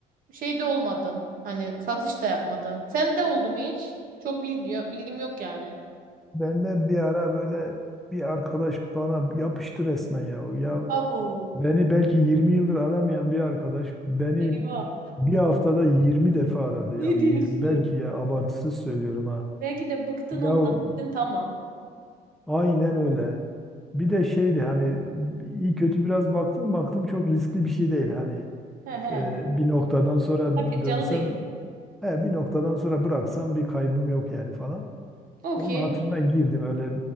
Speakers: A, on the right; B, in the centre.
A: Şey de olmadım. Hani satış da yapmadım. Sen de oldu mu hiç? Çok bilgi yok, bilgim yok yani.
B: Ben de bir ara böyle bir arkadaş bana yapıştı resmen ya. Ya
A: Abo.
B: beni belki 20 yıldır aramayan bir arkadaş beni
A: Eyvah.
B: bir haftada 20 defa aradı
A: Ne
B: ya. 20
A: diyorsun?
B: belki ya abartısız söylüyorum ha.
A: Belki de bıktın
B: Ya
A: ondan dedin tamam.
B: aynen öyle. Bir de şeydi hani iyi kötü biraz baktım baktım çok riskli bir şey değil hani
A: He he.
B: Ee, bir noktadan sonra
A: Sakıncalı
B: dönsem,
A: değil.
B: he, bir noktadan sonra bıraksam bir kaybım yok yani falan.
A: Okey.
B: Onun hatırına girdim öyle